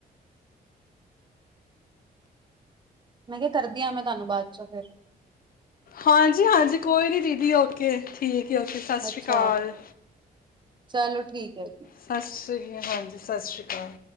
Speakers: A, on the right (about 30°); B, on the left (about 60°).
A: ਮੈਂ ਕਿਹਾ ਕਰਦੀ ਹਾ ਮੈਂ ਤੁਹਾਨੂੰ ਬਾਅਦ ਚੋਂ ਫਿਰ
B: ਹਾਂਜੀ ਹਾਂਜੀ ਕੋਈ ਨੀ ਦੀਦੀ ਓਕੇ ਠੀਕ। ਓਕੇ ਸਤਿ ਸ਼੍ਰੀ
A: ਅੱਛਾ
B: ਅਕਾਲ।
A: ਚਲੋ ਠੀਕ ਹੈ ਜੀ
B: ਸਤਿ ਸ਼੍ਰੀ ਅਕਾਲ ਹਾਂਜੀ ਸਤਿ ਸ਼੍ਰੀ ਅਕਾਲ।